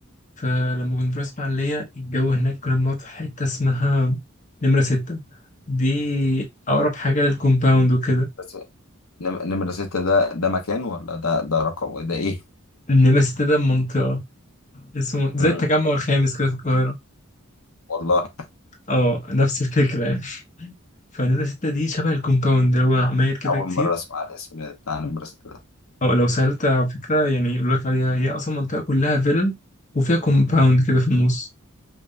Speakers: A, on the left (about 35°); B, on the left (about 75°).
A: فلما كنت بروح اسماعيليه الجو هناك كنا بنقعد في حته اسمها نمره ستة دي اقرب حاجه للكومباوند وكده
B: بس نم- نمرة ستة ده ده مكان ولا ده ده رقم ده ايه؟
A: نمره ستة ده منطقه اسمه زي
B: مم.
A: التجمع الخامس كده في القاهره
B: والله
A: اه نفس الفكره يعني فنمره ستة دي شبه الكومباوند هو عماير كده
B: أول
A: كتير
B: مرة أسمع الاسم بتاع نمرة ستة ده
A: أو لو سألت على فكرة يعني يقول لك عليها هي أصلا منطقة كلها فيلل وفيها كومباوند كده في النص